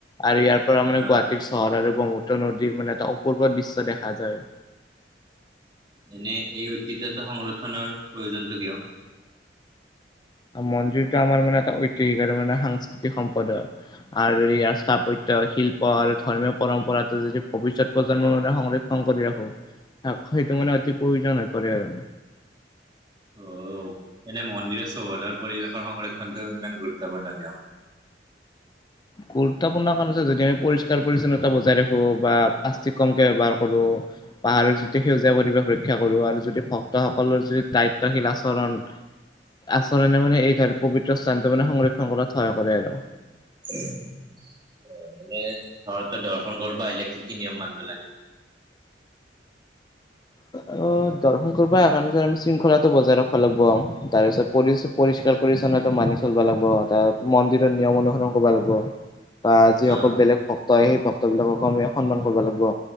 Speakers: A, on the left (about 25°); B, on the right (about 25°).
A: আৰু ইয়াৰ পৰা মানে
B: অ
A: গুৱাহাটীৰ চহৰ আৰু ব্ৰহ্মপত্ৰ নদীৰ মানে এটা অপূৰ্ব দৃশ্য দেখা যায় আৰু।
B: এনে এই ঐতিহ্যটো সংৰক্ষনৰ প্ৰয়োজনটো কিয়?
A: মন্দিৰটো আমাৰ মানে এটা ঐতিহাসিক আৰু মানে সাংস্কৃতিক সম্পদ হয়। আৰু এই আস্থা, পত্যই, শিল্প আৰু ধৰ্মীয় পৰম্পৰাটো যদি ভৱিষ্যত প্ৰজন্মৰ মানে সংৰক্ষ সং কৰি ৰাখো, সেইটো মানে অতি প্ৰয়োজন হৈ পৰে আৰু।
B: অ' এনে মন্দিৰৰ চৌহদৰ পৰিৱেশৰ সংৰক্ষণটো ইমান গুৰুত্বপূৰ্ণ কিয়?
A: গুৰুত্বপূৰ্ণ কাৰণ যদি আমি পৰিষ্কাৰ পৰিচ্ছন্নতা বজাই ৰাখো বা প্লাষ্টিক কমকে ব্যৱহাৰ কৰোঁ পাহাৰৰ যতি সেউজীয়া পৰিৱেশ ৰক্ষা কৰোঁ আৰু যদি ভক্তসকলৰ যদি দায়িত্বশীল আচৰণ আচৰণে মানে এই পৱিত্ৰ স্থানটো মানে সংৰক্ষণ কৰাত সহায় কৰে আৰু।
B: অ' এনে ঘৰতে দৰ্শন কৰিব আহিলে কি কি নিয়ম মানিব লাগে?
A: অ' দৰ্শন কৰিব আহা কাৰণে শৃংখলাটো বজাই ৰাখব লাগব। তাৰপিছত পৰি-পৰিষ্কাৰ পৰিছন্নতাটো মানি চলা লাগব, তাৰ মন্দিৰৰ নিয়ম অনুসৰন কৰিব লাগিব। <inaudible> বা যিসকল
B: অ
A: বেলেগ ভক্ত হয় সেই ভক্তবিলাককো আমি সন্মান কৰিব লাগিব